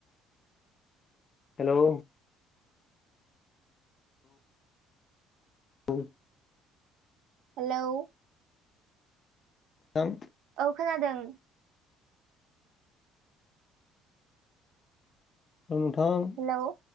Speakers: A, on the left; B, on the right.
A: हेल' औ
B: हेलौ
A: दां
B: औ खोनादों
A: नोंथां
B: हेल'